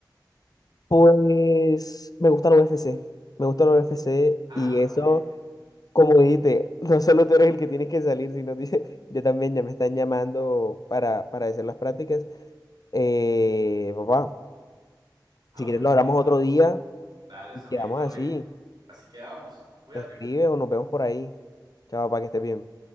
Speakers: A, on the left; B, on the right.
A: Pues me gusta la U F C. me gusta la U F C.
B: Ah,
A: y eso,
B: bueno,
A: como dijiste, <laughs> no solo tú eres el que tienes que salir, sino <laughs> dice, yo también ya me están llamando para, para hacer las prácticas. Eh, papá,
B: ah,
A: si quieres
B: bueno,
A: lo hablamos
B: listo.
A: otro día
B: Dale,
A: y
B: Samir,
A: quedamos
B: todo
A: así.
B: bien. Así quedamos. Cuídate.
A: Me escribes o nos vemos por ahí. Chao, para que estés bien.